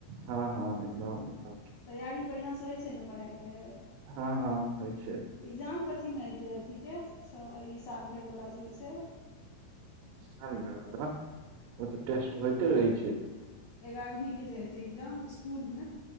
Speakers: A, on the right; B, on the left.
A: हँ हँ एकदम एकदम
B: तैयारी बढ़िआँसँ होइ छै ने पढ़ाइके
A: हँ हँ होइ छै
B: ए्जाम कथीमे एतै अथी छ ई साल भरि वला जे होइ छै
A: साल भर वला ओ तऽ टेस्ट होइते रहै छै
B: एगारहवी के जे हेतै एग्जाम स्कूल मे